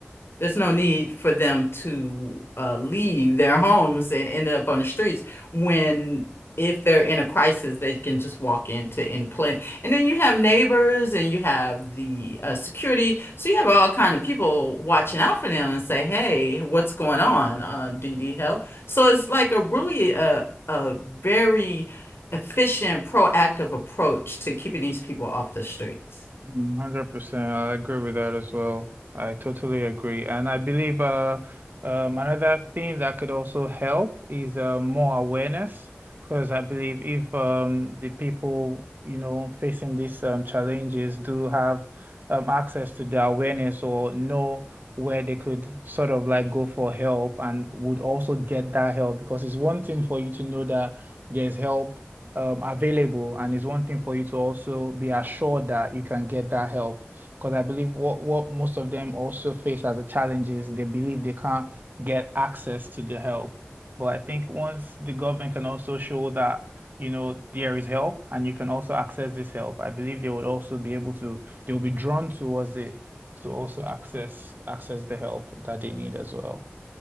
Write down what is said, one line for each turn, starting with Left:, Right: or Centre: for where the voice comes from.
Left: there's no need for them to uh, leave their homes and end up on the streets when, if they're in a crisis, they can just walk into any clinic. And then you have neighbors and you have the uh, security. So you have all kind of people watching out for them and say, hey, what's going on? Uh, do you need help? So it's like a really a, a very efficient, proactive approach to keeping these people off the streets.
Right: 100%. I agree with that as well. I totally agree. And I believe uh, um, another thing that could also help is uh, more awareness. Because I believe if um, the people, you know, facing these um, challenges do have um, access to the awareness or know where they could sort of like go for help and would also get that help. Because it's one thing for you to know that there's help um, available and it's one thing for you to also be assured that you can get that help because I believe what what most of them also face as a challenge is they believe they can't get access to the help but I think once the government can also show that you know there is help and you can also access this help I believe they would also be able to they'll be drawn towards it to also access access the help that they need as well